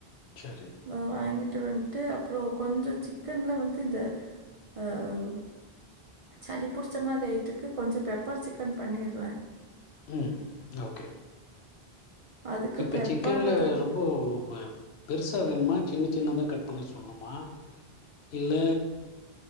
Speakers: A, on the left; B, on the right.
A: சரி
B: அ வாங்கிட்டு வன்ட்டு. அப்புறோ கொஞ்சம் சிக்கன்ல வந்து இந்த ஆஹ சளி புடிச்ச மாதிரி ஆயிட்டு இருக்கு கொஞ்சம் பெப்பர் சிக்கன் பண்ணிடுற.
A: ம் ஓகே.
B: அதுக்கு
A: இப்ப
B: பெப்பர்
A: சிக்கன்ல ரொம்போமே. பெருசா வேணுமா சின்ன சின்னதா கட் பண்ண சொல்னுமா இல்ல